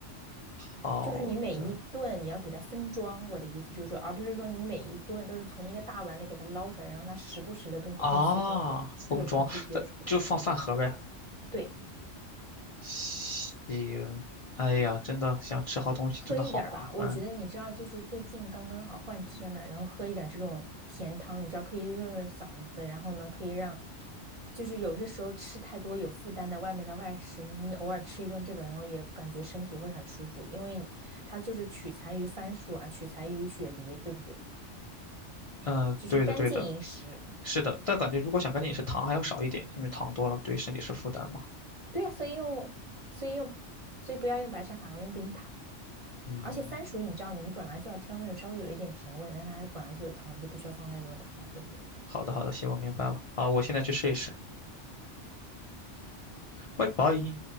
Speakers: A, on the left; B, on the right.
A: 好的
B: 就是你每一顿你要给它分装，我的意思就是说，而不是说你每一顿都是从一个大碗里给它捞出来，让它时不时的跟空气、
A: 啊，
B: 跟热空气接触。
A: 封装，这就放饭盒呗。
B: 对，
A: 行，哎呀，真的想吃好东西，
B: 喝一点吧，
A: 真的好麻烦。
B: 我觉得你知道，就是最近刚刚好换天了，然后喝一点这种甜汤，你知道可以润润嗓子，然后呢可以让就是有些时候吃太多有负担的外面的外食，你偶尔吃一顿这个，然后也感觉身体会很舒服，因为它就是取材于番薯啊，取材于雪梨，对不对？
A: 嗯，
B: 就是干净饮食。
A: 对的对的，是的，但感觉如果想赶紧饮食，糖还要少一点，因为糖多了对身体是负担嘛。
B: 对呀、所以用，所以用，所以不要用白砂糖，用冰糖。
A: 嗯，
B: 而且番薯，你知道，你本来就要挑那种稍微有一点甜味的但它本来就有糖，你就不需要放太多糖了，对不对？
A: 好的好的，行，我明白了。好，我现在去试一试。拜拜。